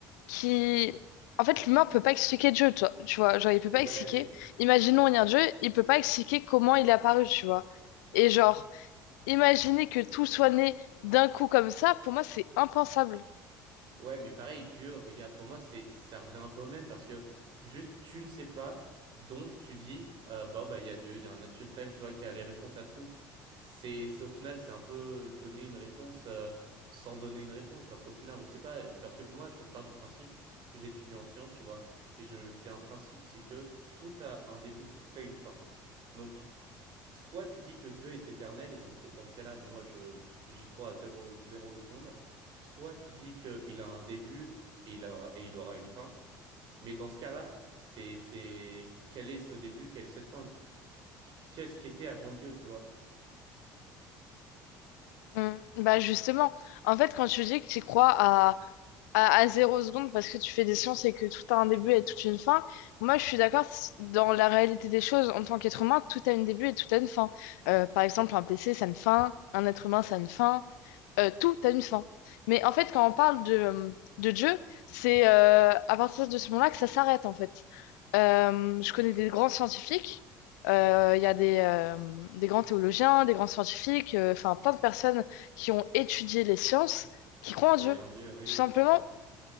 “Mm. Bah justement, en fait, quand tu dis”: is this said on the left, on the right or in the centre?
Left